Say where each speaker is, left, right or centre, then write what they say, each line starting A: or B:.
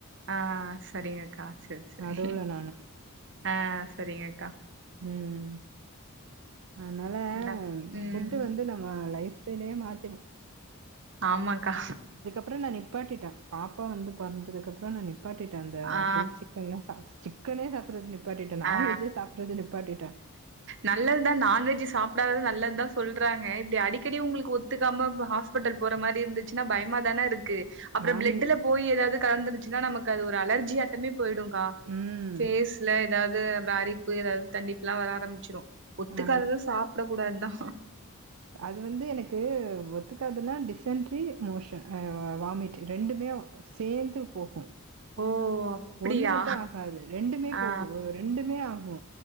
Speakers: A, on the right; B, on the right.
A: ஆ சரிங்க அக்கா சரி. சரி
B: நடுவுல நானு
A: ஆ சரிங்க அக்கா
B: ம் ம் அதனால
A: என்ன ம்
B: ஃபுட்டு வந்து நம்ம லைஃப் ஸ்டைலயே மாத்திரு
A: ஆமாக்கா
B: அப்புற நா நிப்பாட்டிட்ட பாப்பா வந்து பொறந்தது அப்ரோ நா நிப்பாட்டிட்ட அந்த
A: ஆ
B: கிரில் சிக்கன சாப்ஸ் சிக்கனே சாப்றது நிப்பாட்டிட்ட நான்வேஜ்
A: ஆ
B: சாப்றது நிப்பாட்டிட்ட
A: நல்லதுதா நான்வெஜ் சாப் ப்றவு நல்லதுதா சொல்றாங்க இப்டி அடிக்கடி உங்ளுக்கு ஒத்துக்காம போ ஹாஸ்பிட்டல் போற மாரி இருந்து ச்சினா பயமா தான இருக்கு அப்புற
B: நான்
A: பிளட்ல போய் ஏதாவது கலந்துருச்சின்னா நமக்கு அது ஒரு அலர்ஜி ஆட்டமே போய்டும்கா
B: ம்
A: சேஸ்ல ஏதாவது அந்த அரிப்பு ஏதாவது தண்டிப்புல்லா வர ஆரம்பிச்சிரு ஒத்துக்காதத
B: ஆ
A: சாப்ட கூடாதுதா
B: அது வந்து எனக்கு ஒத்துக்காதுன்னா டிசென்ட்ரி மோஷன் அ அ வ வாமிட் ரெண்டுமே ஓ சேர்ந்து போகு
A: ஓ அப்டியா
B: ஒன்னு மட்டு ஆகாது ரெண்டுமே
A: ஆ
B: போகு ரெண்டுமே ஆகு